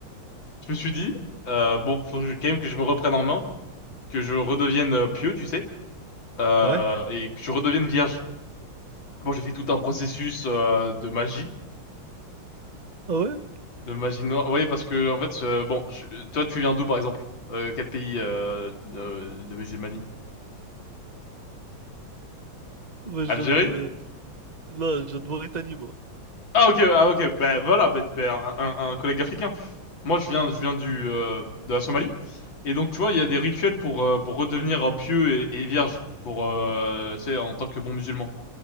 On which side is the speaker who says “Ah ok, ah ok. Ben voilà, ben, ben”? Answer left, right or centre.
Left